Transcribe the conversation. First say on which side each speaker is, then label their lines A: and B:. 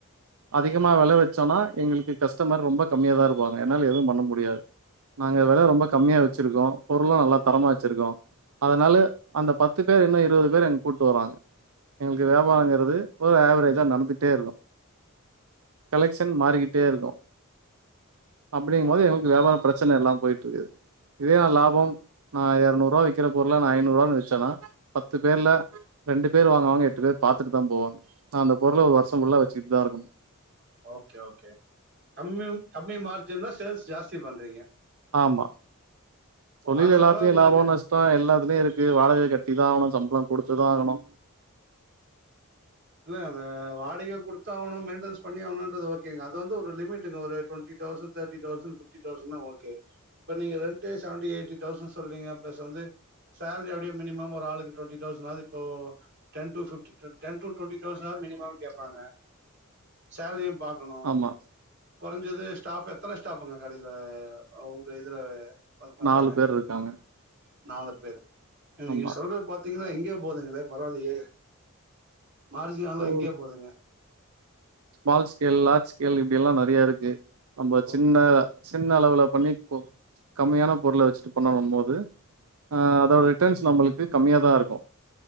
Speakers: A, on the right; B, on the right.
A: அதிகமா வெல வச்சோனா எங்களுக்கு கஸ்ட்டமர் ரொம்ப கம்மியாதா இருப்பாங்க என்னால எது பண்ண முடியாது நாங்க வெல ரொம்ப கம்மியா வச்சிருக்கோ பொருளு நல்ல தரமா வெச்சிருக்கோ அதனால அந்த பத்து பேர் இன்னு இருவது பேர் எங் கூட்டு வராங்க எங்களுக்கு வியாபாரங்கிறது ஒரு ஏவரேஜா நடந்துகிட்டே இருக்கு கலெக்ஷன் மாரிகிட்டே இருக்கு அப்படிங்க போது
B: ஓகே
A: எங்களுக்கு வியாபாரோ பிரச்சன எல்லா போயிட்ருக்கு இதே எ லாபம் நா எரநூறுவா விக்கிற பொருள நா ஐநூறுவானு வெச்சன்னா பத்து பேர்ல ரெண்டு பேர் வாங்குவாங்க எட்டு பேர் பாத்துட்டு தா போவாங்க நா அந்த பொருள ஒரு வருஷம் ஃபுல்லா வெச்சுட்டு தா இருக்கணு
B: ஓகே ஓகே கம்யான கம்மி மார்ஜின் தா சேல்ஸ் ஜாஸ்தி பண்றீங்க
A: ஆமா தொழில்
B: அதனால
A: எல்லாத்திலியு
B: உங்களுக்கு
A: லாபோ நஷ் டோ எல்லாத்துலியு இருக்கு வாடகை கட்டிதா ஆகணு சம்பள குடுத்து தா ஆகணு
B: இல்ல அந்த வாடகை குடுத்தாவ்ணு மெயின்டனன்ஸ் பண்ணி ஆவுணுன்றது ஓகேங்க அது வந்து ஒரு லிமிட்டுங்க ஒரு டுவண் டி தௌசண்ட தேட்டி தௌசண்ட் ஃபிஃப்டி தௌசண்னா ஓகே இப்ப நீங்க ரெண்டடே செவன்டி எயிட்டி தௌசண்ஸ் சொல்றீங்க பிளஸ் வந்து சேல்ரி அப்டியே மினிமம் ஒரு ஆளுக்கு டுவெண்ட்டி தௌசண்ணாது இப்போ டென் டு ஃபிஃப்டி டுன் டென் டு டுவென்ட்டி தௌசண்னாது மினிமம் கேப்பாங்க சேல்ரியு பாக்கணு
A: ஆமா
B: கொறஞ்சது ஸ்டாப் எத்தன ஸ்டாப்புங்க கடையில உங்க இதுல ஒர்க் பண்றாங்க
A: நாலு பேர் இருக்காங்க
B: நாலு பேர் நீங்க
A: ஆமா
B: சொல்றது பாத் திங்ன்னா எங்யோ போதுங்களே பரவால்லியே மார்ஜின் எல்லா
A: ஓ
B: எங்யோ போதுங்க
A: ஸ்மால் ஸ்கேல் லார்ஜ் ஸ்கேல் இப்படியெல்லா நெறையா இருக்கு நம்ம
B: ஓ
A: சின்ன சின்ன அளவுல பண்ணி கம்மியான பொருள வெச்சுட்டு பண்ணாம் போது ஆ அதோட ரிட்டர்ன்ஸ் நம்மளுக்கு கம்மியா தா இருக்கு